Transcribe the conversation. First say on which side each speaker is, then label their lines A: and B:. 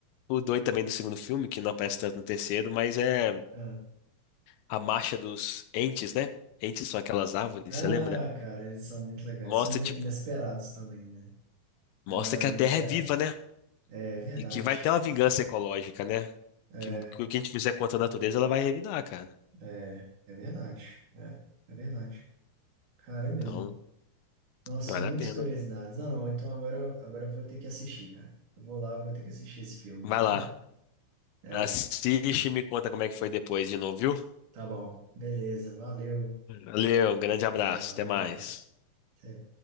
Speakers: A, on the left; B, on the right.
A: o doido também do segundo filme, que não aparece tanto no terceiro, mas é
B: Ah,
A: a marcha dos entes, né? Entes são aquelas árvores,
B: Ah,
A: você lembra?
B: cara, eles são muito legais.
A: Mostra,
B: São ine-
A: tipo,
B: inesperados também, né?
A: mostra
B: É um herói
A: que a
B: inesperado.
A: Terra é viva, né?
B: É verdade.
A: E que vai ter uma vingança ecológica, né?
B: É,
A: Que, que o que a gente fizer contra a natureza, ela vai revidar, cara.
B: é, é verdade. É, é verdade. Cara, é mesmo.
A: Então,
B: Nossa,
A: vale
B: são muitas
A: a pena.
B: curiosidades. Ah, não. Então agora, eu- agora eu vou ter que assistir, cara. Eu vou lá, vou ter que assistir esse filme.
A: Vai lá.
B: É,
A: Assiste e me conta como é que foi depois de novo, viu?
B: tá bom. Beleza, valeu.
A: Valeu, um grande
B: Valeu,
A: abraço, até
B: um abraço.
A: mais.
B: Até.